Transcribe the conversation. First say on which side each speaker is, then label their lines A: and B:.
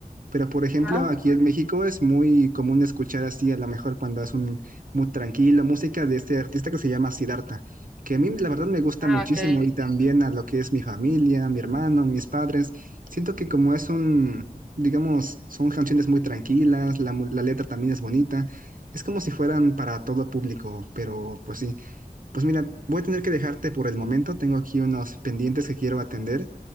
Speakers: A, on the right; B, in the centre.
A: pero, por ejemplo,
B: Ah,
A: aquí en México es muy común escuchar así, a lo mejor cuando es un muy tranquilo, música de este artista que se llama Siddhartha, que a mí la verdad me gusta
B: ah,
A: muchísimo
B: ok.
A: y también a lo que es mi familia, mi hermano, mis padres. Siento que como es un, digamos, son canciones muy tranquilas, la, mu- la letra también es bonita, es como si fueran para todo público, pero pues sí. Pues mira, voy a tener que dejarte por el momento, tengo aquí unos pendientes que quiero atender.